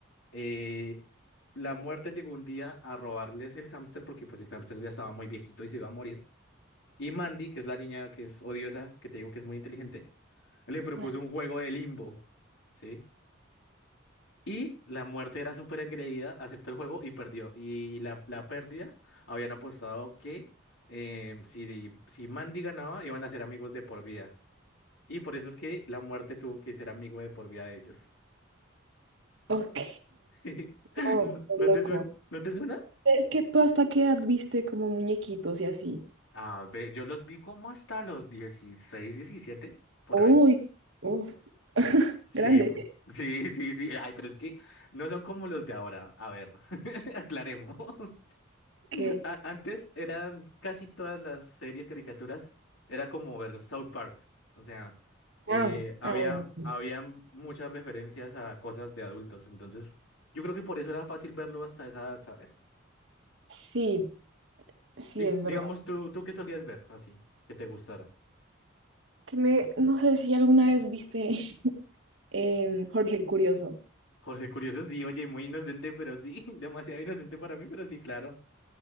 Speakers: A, on the left; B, on the right.
A: eh, la muerte llegó un día a robarles el hámster porque pues el hámster ya estaba muy viejito y se iba a morir. Y Mandy, que es la niña que es odiosa, que te digo que es muy inteligente, le propuso
B: <laughs>
A: un juego de limbo, ¿sí? Y la muerte era súper engreída, aceptó el juego y perdió. Y la, la pérdida, habían apostado que eh, si, si Mandy ganaba, iban a ser amigos de por vida. Y por eso es que la muerte tuvo que ser amigo de por vida de ellos.
B: Ok.
A: <laughs>
B: No,
A: ¿No
B: qué
A: no
B: loco.
A: te suena? ¿No te suena?
B: Es que tú hasta qué edad viste como muñequitos y así.
A: A ver, yo los vi como hasta los 16, 17, por
B: Uy,
A: ahí.
B: uf, <laughs>
A: Sí,
B: grande.
A: mo- sí, sí, sí. Ay, pero es que no son como los de ahora. A ver, <laughs> aclaremos.
B: Ok.
A: <laughs> A- Antes eran casi todas las series, caricaturas, era como ver South Park. O sea, eh,
B: Ah,
A: había,
B: ah, bueno, sí.
A: habían muchas referencias a cosas de adultos. Entonces, yo creo que por eso era fácil verlo hasta esa edad, ¿sabes?
B: Sí, sí,
A: Di-
B: es
A: digamos,
B: verdad.
A: tú, ¿tú qué solías ver así, que te gustara?
B: Que me, no sé si alguna vez viste <laughs> em, Jorge el Curioso.
A: Jorge Curioso, sí, oye, muy inocente, pero sí, <laughs> demasiado inocente para mí, pero sí, claro.